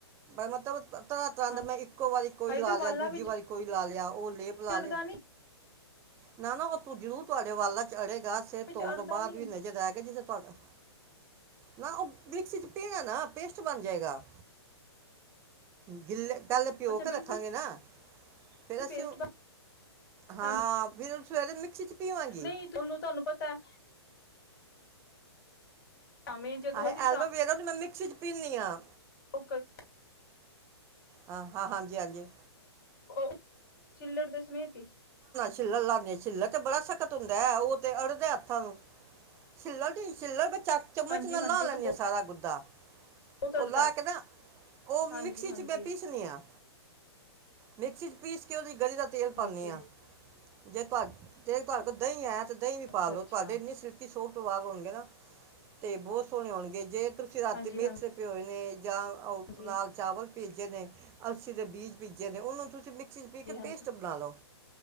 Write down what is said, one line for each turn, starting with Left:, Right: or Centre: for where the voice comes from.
Right: ਮਤਲਬ
Left: ਹਾਂ
Right: <unintelligible> ਇੱਕੋ ਵਾਰੀ ਕੋਈ
Left: ਹਾਏ
Right: ਲਾ
Left: ਤੇ
Right: ਲਿਆ
Left: ਵਾਲਾਂ
Right: ਦੂਜੀ
Left: ਵਿੱਚ
Right: ਵਾਰੀ ਕੋਈ ਲਾ ਲਿਆ ਉਹ ਲੇਪ ਲਾ
Left: ਅੜਦਾ
Right: ਲਿਆ
Left: ਨੀ
Right: ਨਾ ਨਾ ਉਹ ਤੂੰ ਜ਼ਰੂਰ ਤੁਹਾਡੇ ਵਾਲਾਂ ਚ ਅੜੇ ਗਾ ਸੇ
Left: ਵਿੱਚ
Right: ਧੋਣ
Left: ਅੜਦਾ
Right: ਤੋਂ ਬਾਅਦ
Left: ਨੀ
Right: ਵੀ ਨਜ਼ਰ ਆਇਆ ਗਿਆ ਜਿਸ ਤੁਹਾਡਾ, ਨਾ ਉਹ ਮਿਕਸੀ ਚ ਪੀਹਣਾ ਨਾ, ਪੇਸਟ ਬਣ ਜਾਏਗਾ ਗਿੱ ਪੈਲਾ ਭਿਓ
Left: ਅੱਛਾ
Right: ਕੇ
Left: ਬਿਲਕੁਲ
Right: ਰੱਖਾਂਗੇ ਨਾ ਫਿਰ ਅਸੀਂ
Left: ਪੇਸਟ
Right: ਹਾਂ
Left: ਹਾਂਜੀ
Right: ਫਿਰ ਸ ਮਿਕਸੀ ਚ ਪੀਵਾਂਗੇ
Left: ਨਹੀਂ ਤੁਹਾਨੂੰ ਤੁਹਾਨੂੰ ਪਤਾ ਹੈ ਭਾਵੇਂ ਜਦੋਂ
Right: ਅਸੀ
Left: ਅਸੀਂ
Right: ਐਲਵੇਰਾ ਤੇ ਮੈਂ ਮਿਕਸੀ ਚ ਪੀੱਨੀ ਆਂ
Left: ਫੋਕਸ
Right: ਹਾਂ ਹਾਂ ਹਾਂਜੀ ਹਾਂਜੀ
Left: ਓਹ ਛਿੱਲੜ ਦੇ ਸਮੇਤ ਹੀ
Right: ਛਿੱਲਰ ਲਾਂਦੇ ਛਿੱਲਰ ਤੇ ਬੜਾ ਸਖਤ ਹੁੰਦਾ ਹੈ ਉਹ ਤੇ ਅੜਦਾ ਹੱਥਾਂ ਛਿੱਲਰ ਦੀ ਛਿੱਲਰ ਵਿੱਚ ਚ ਚਮਚ
Left: ਹਾਂਜੀ,
Right: ਨਾਲ
Left: ਹਾਂਜੀ
Right: ਲਾ ਲੈਂਦੀਆਂ
Left: ਉਹ ਤਾਂ
Right: ਸਾਰਾ ਗੁੱਦਾ
Left: ਬਹੁਤ
Right: ਓਹ
Left: ਅੜਦਾ
Right: ਲਾ ਕੇ ਨਾ ਓਹ ਮਿਕਸੀ
Left: ਹਾਂਜੀ, ਹਾਂਜੀ
Right: ਚ ਮੈਂ ਪੀਸਨੀ ਆ ਮਿਕਸੀ ਚ ਪੀਸ ਕਿ ਓ ਗਲੀ ਦਾ ਤੇਲ
Left: ਠੀਕ
Right: ਪਾਨਿ
Left: ਹੈ
Right: ਆਂ ਜੇ ਤੁਹਾੇ ਤੇ ਤੁਹਾਡੇ ਕੋਲ ਦਹੀਂ ਏ ਦਹੀਂ ਵੀ ਪਾਾਲ
Left: ਅੱਛਾ, ਅੱਛਾ
Right: ਲੋ ਤੁਹਾਡੇ ਇੰਨੀ ਸਿਤੀ ਸੋਪ ਤੋਂ ਬਾਅਦ ਹੋਣਗੇ ਨਾ ਤੇ ਬਹੁਤ ਸੋਹਣੇ ਹੋਣਗੇ ਜੇ ਤੁਸੀਂ ਰਾਤੀ
Left: ਹਾਂਜੀ,
Right: ਮੇਸ ਪਿ ਹੋਏ ਨੇ ਜਾਂ
Left: ਹਾਂਜੀ,
Right: ਦਾਲ-ਚਾਵਲ ਪੀਜੇ ਨੇ, ਅਲਸੀ ਦੇ ਬੀਜ ਪੀਜੇ ਨੇ, ਓਨੂੰ ਤੁਸੀਂ ਮਿ ਮਿੱਕਸੀ ਪੀ
Left: ਹਾਂਜੀ,
Right: ਕੇ
Left: ਹਾਂਜੀ
Right: ਪੇਸਟ ਬਣਾ ਲੋ।